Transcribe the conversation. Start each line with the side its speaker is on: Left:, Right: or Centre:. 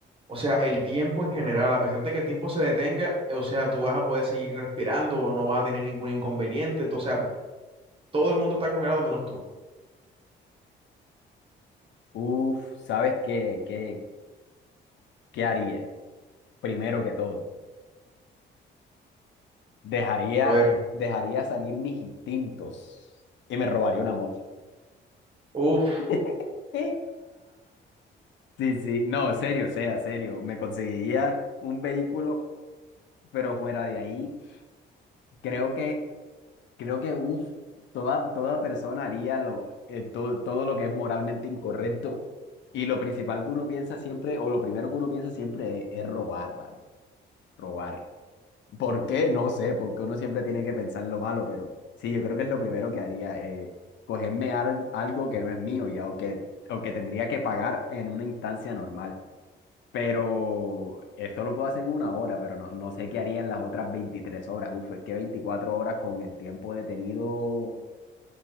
Right: O sea, el tiempo en general, a pesar de que el tiempo se detenga, eh, o sea, tú vas a poder seguir respirando, no vas a tener ningún inconveniente. O sea, todo el mundo está congelado menos tú.
Left: Uf, ¿sabes qué, qué, qué haría? Primero que todo, dejaría,
Right: A ver,
Left: dejaría salir mis instintos y me robaría una moto.
Right: uff,
Left: <laughs> Sí, sí, no, en serio, o sea, serio. Me conseguiría un vehículo, pero fuera de ahí. Creo que Creo que uf, toda, toda persona haría lo, eh, to- todo lo que es moralmente incorrecto. Y lo principal que uno piensa siempre, o lo primero que uno piensa siempre es, es robar, ¿vale? Robar. ¿Por qué? No sé, porque uno siempre tiene que pensar en lo malo, pero sí, yo creo que es lo primero que haría, eh, cogerme al- algo que no es mío ya, o que, o que tendría que pagar en una instancia normal. Pero eso lo puedo hacer en una hora, pero no, no sé qué haría en las otras 23 horas. Uf, es que 24 horas con el tiempo detenido.